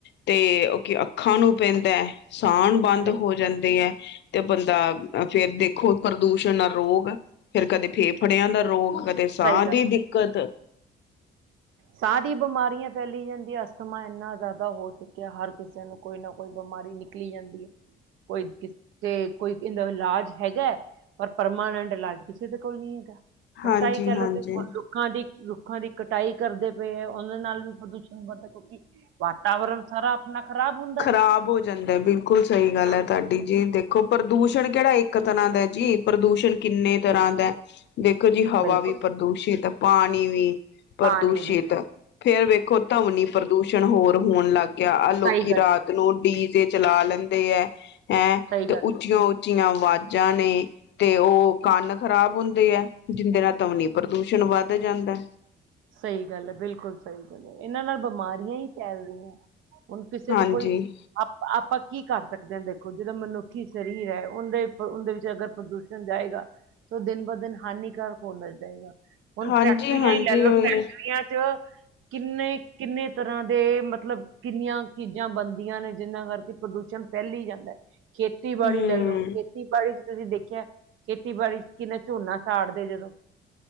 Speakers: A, on the left (about 60°); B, on the right (about 85°).
A: ਤੇ ਕੀ ਅੱਖਾਂ ਨੂੰ ਪੈਂਦਾ ਸਾਣ ਬੰਦ
B: ਸਹੀ
A: ਹੋ ਜਾਂਦੇ ਐ ਤੇ ਬੰਦਾ ਫੇਰ ਦੇਖੋ ਪ੍ਰਦੂਸ਼ਣ ਨਾਲ ਰੋਗ ਫੇਰ ਕਦੇ ਫੇਫੜਿਆਂ ਦਾ ਰੋਕ ਕਦੇ ਸਾਹ
B: ਸਹੀ ਗੱਲ
A: ਦੀ ਦਿੱਕਤ
B: ਸਾਹ ਦੀ ਬਿਮਾਰੀਆਂ ਫੈਲੀ ਜਾਂਦੀ ਅਸਥਮਾ ਇੰਨਾ ਜਾਦਾ ਹੋ ਚੁੱਕਿਆ ਹਰ ਕਿਸੇ ਨੂੰ ਕੋਈ ਨਾ ਕੋਈ ਬਿਮਾਰੀ ਨਿਕਲੀ ਜਾਂਦੀ ਐ ਕੋਈ ਕਿਸਤੇ ਕੋਈ ਇੰਦਾ ਇਲਾਜ ਹੈਗਾ ਪਰ ਪਰਮਾਨੈਂਟ ਇਲਾਜ ਕਿਸੇ ਦੇ ਕੋਲ ਨੀ ਹੈਗਾ
A: ਹਾਂਜੀ
B: ਹੁਣ ਤਾਂ ਏਹੀ ਕੈ
A: ਹਾਂਜੀ
B: ਲੌ ਕਿ ਰੁੱਖਾਂ ਦੀ ਰੁੱਖਾਂ ਦੀ ਕਟਾਈ ਕਰਦੇ ਪਏ ਐ ਓਨਾ ਨਾਲ ਵੀ ਪ੍ਰਦੂਸ਼ਣ ਵੱਧਦਾ ਕਿਉਂਕਿ ਵਾਤਾਵਰਨ ਸਾਰਾ ਆਪਣਾ ਖਰਾਬ ਹੁੰਦਾ
A: ਖ਼ਰਾਬ
B: ਹੈ
A: ਹੋ ਜਾਂਦਾ ਬਿਲਕੁਲ ਸਈ ਗੱਲ
B: ਹਾਂ।
A: ਐ ਤੁਹਾਡੀ ਜੀ ਦੇਖੋ ਪ੍ਰਦੂਸ਼ਣ ਕਿਹੜਾ ਇੱ ਕ ਤਰ੍ਹਾਂ ਦਾ ਜੀ ਪ੍ਰਦੂਸ਼ਣ ਕਿੰਨੇ ਤਰ੍ਹਾਂ ਦਾ ਦੇਖੋ ਜੀ ਹਵਾ
B: ਬਿਲਕੁਲ
A: ਵੀ ਪ੍ਰਦੂਸ਼ਿਤ, ਪਾਣੀ ਵੀ ਪ੍ਰਦੂਸ਼ਿਤ
B: ਪਾਣੀ ਵੀ
A: ਫਿਰ ਵੇਖੋ ਧਵਨੀ ਪ੍ਰਦੂਸ਼ਣ ਹੋਰ ਹੋਣ ਲੱਗ ਗਿਆ ਆਹ ਲੋਕੀ
B: ਸਹੀ ਗੱਲ
A: ਰਾਤ
B: ਹੈ
A: ਨੂੰ ਡੀਜੇ ਚਲਾ ਲੈਂਦੇ ਐ ਹੈ
B: ਸਹੀ
A: ਤੇ
B: ਗੱਲ
A: ਉੱਚੀਆਂ-ਉੱਚੀਆਂ
B: ਹੈ
A: ਅਵਾਜ਼ਾਂ ਨੇ ਤੇ ਓ ਕੰਨ ਖ਼ਰਾਬ ਹੁੰਦੇ ਐ ਜਿੰਦੇ ਨਾਲ ਧਵਨੀ ਪ੍ਰਦੂਸ਼ਣ ਵੱਧ ਜਾਂਦਾ।
B: ਸਈ ਗੱਲ ਹੈ ਬਿਲਕੁੱਲ ਸਈ ਗੱਲ ਐ ਏਨਾਂ ਨਾਲ ਬਿਮਾਰੀਆਂ ਈ ਫੈਲ ਰੀਐ ਹੁਣ ਕਿਸੇ
A: ਹਾਂਜੀ
B: ਨੂੰ ਕੋਈ ਆਪ ਆਪਾਂ ਕੀ ਕਰ ਸਕਦੇ ਆ ਦੇਖੋ ਜੇੜਾ ਮਨੁੱਖੀ ਸਰੀਰ ਐ ਉਂਦੇ ਉਂਦੇ ਵਿੱਚ ਅਗਰ ਪ੍ਰਦੂਸ਼ਣ ਜਾਏਗਾ ਤੇ ਓ ਦਿਨ ਬ ਦਿਨ ਹਾਨੀਕਾਰਕ ਹੂੰਦਾ ਜਾਏਗਾ ਹੁਣ
A: ਹਾਂਜੀ
B: ਫੈਕਟਰੀਆਂ
A: ਹਾਂਜੀ
B: ਈ ਲੈ ਲੌ
A: ਉਹੀ
B: ਫੈਕਟਰੀਆਂ
A: ਹੈ
B: ਚ ਕਿੰਨੇ-ਕਿੰਨੇ ਤਰ੍ਹਾਂ ਦੇ ਮਤਲਬ ਕਿੰਨੀਆਂ ਚੀਜ਼ਾਂ ਬਣਦੀਆਂ ਨੇ ਜਿਨਾਂ ਕਰਕੇ ਪ੍ਰਦੂਸ਼ਣ ਫੈਲੀ ਜਾਂਦਾ ਖੇਤੀਬਾੜੀ
A: ਹਮ
B: ਲਓ ਖੇਤੀਬਾੜੀ ਤੁਸੀਂ ਦੇਖਿਆ ਖੇਤੀਬਾੜੀ ਚ ਕਿੰਨਾ ਝੋਨਾ ਸਾੜਦੇ ਜਦੋਂ